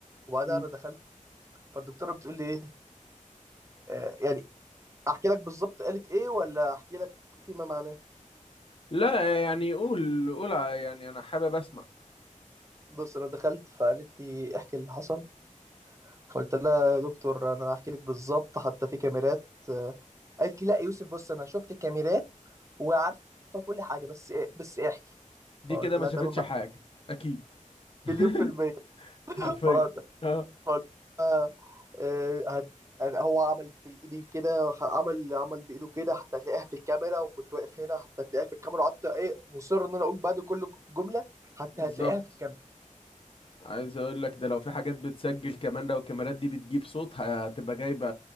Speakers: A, on the right; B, on the left.
A: وبعدها
B: مم.
A: انا دخلت فالدكتوره بتقول لي ايه آه، يعني احكي لك بالظبط قالت ايه ولا احكي لك فيما معناه
B: لا يعني قول قول ع- يعني انا حابب اسمع
A: بص انا دخلت فقالت لي احكي اللي حصل فقلت لها يا دكتور انا هحكي لك بالظبط حتى في كاميرات آه، قالت لي لا يوسف بص انا شفت الكاميرات وعارفه كل حاجه بس إيه بس إيه، احكي
B: دي
A: فقلت
B: كده ما
A: لها
B: شافتش
A: تمام
B: حاجة اكيد <laughs>
A: مليون في المية
B: حرفيا
A: <laughs> فرحت
B: اه
A: فقلت لها، آه، هت... يعني هو عمل في ايدي كده عمل عمل بايده كده حتى تلاقيها في الكاميرا وكنت واقف هنا حتى تلاقيها في الكاميرا وقعدت ايه مصر ان انا اقول بعد كل جمله حتى
B: بالظبط
A: هتلاقيها في الكاميرا
B: عايز اقول لك ده لو في حاجات بتسجل كمان لو الكاميرات دي بتجيب صوت هتبقى جايبة